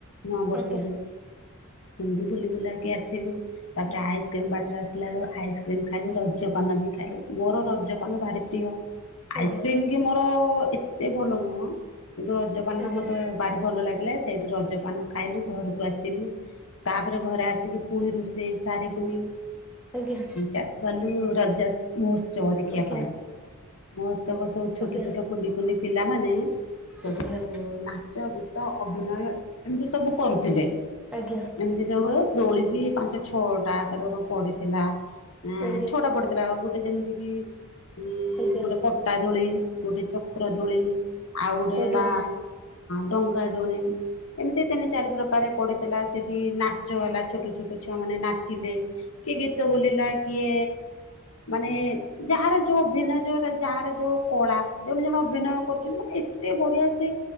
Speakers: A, on the left; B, in the centre.
A: ନୂଆ ବର୍ଷକୁ
B: ଆଜ୍ଞା
A: ସେମିତି ବୁଲି ବୁଲାଇକି ଆସିଲୁ ତାପରେ ଆଇସ୍କ୍ରିମ୍ ବାଟରେ ଆସିଲା ଆଳୁକୁ ଆଇସ୍କ୍ରିମ୍ ଖାଇଲୁ ରଜପାନ ବି ଖାଇଲୁ। ମୋର ରଜପାନ ଭାରି ପ୍ରିୟ
B: ଆଜ୍ଞା
A: ଆଇସ୍କ୍ରିମ କି ମୋର ଏତେ ଭଲ ନୁହଁ। କିନ୍ତୁ ରଜପାନ
B: ଆଜ୍ଞା
A: ଟା
B: ଆଜ୍ଞା
A: ମତେ ଭାରି ଭଲ ଲାଗିଲା ସେଇଠି ରଜପାନ ଖାଇଲୁ ଘରକୁ ଆସିଲୁ। ତାପରେ ଘରେ ଆସିକି ପୁଣି ରୋଷେଇ ସାରିକି ହୁଁ
B: ଆଜ୍ଞା।
A: ଚା କଲୁ ରଜମହୋତ୍ସବ ଦେଖିବା।
B: ଆଜ୍ଞା
A: ମହୋତ୍ସବ ସବୁ ଛୋଟଛୋଟ
B: ଆଜ୍ଞା
A: କୁନିକୁନି ପିଲାମାନେ ସବୁ
B: ଆଜ୍ଞା
A: ନାଚ ତ ଅଭିନୟ ଏମିତି ସବୁ କରୁଥିଲେ
B: ଆଜ୍ଞା
A: ଏମିତି ସବୁ ଦୋଳି ବି ପାଞ୍ଚ ଛଅଟା ଆକାର ପଡିଥିଲା ଏ
B: ଆଜ୍ଞା
A: ଛଅଟା ପଡିଥିଲାଉ ଗୋଟେ ଗଟେ ଯେମିତି କି
B: ଆଜ୍ଞା
A: ଗୋଟେ ପଟାଦୋଳି ଗୋଟେ ଚକ୍ରଦୋଳି ଆ ହେଲା
B: ଆଜ୍ଞା
A: ଡଙ୍ଗାଦୋଳି ଏମିତି ତିନି ଚାରି ପ୍ରକାର ପଡିଥିଲା ସେଠି ନାଚ ହେଲା ଛୋଟ ଛୋଟ ଛୁଆ ମାନେ ନାଚିଲେ। କିଏ ଗୀତ ବୋଲିଲା କିଏ ମାନେ ଯାହାର ଯୋଉଁ ଅଭିନୟ ଯୋର ଯାହାର ଯୋଉଁ କଳା ଜୋ ଜଣେ ଅଭିନୟ କରୁଛନ୍ତି ମାନେ ଏତେ ବଢିଆ ସେ